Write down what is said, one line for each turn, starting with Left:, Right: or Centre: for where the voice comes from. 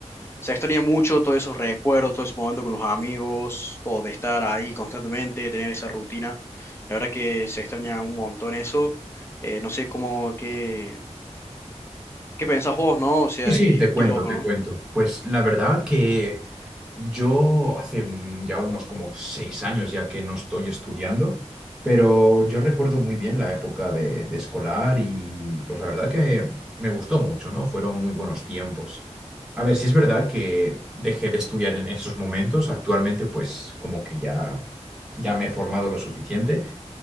Left: Se extraña mucho todos esos recuerdos, todo ese momento con los amigos, o de estar ahí constantemente, de tener esa rutina. La verdad que se extraña un montón eso. Eh, no sé cómo, qué, qué pensás vos, ¿no? O sea,
Centre: Sí, sí,
Left: de que,
Centre: te cuento,
Left: qué loco,
Centre: te
Left: ¿no?
Centre: cuento. Pues la verdad que yo hace mm, ya unos como seis años ya que no estoy estudiando, pero yo recuerdo muy bien la época de, de escolar y pues la verdad que me gustó mucho, ¿no? Fueron muy buenos tiempos. A ver, sí es verdad que dejé de estudiar en esos momentos, actualmente pues como que ya, ya me he formado lo suficiente.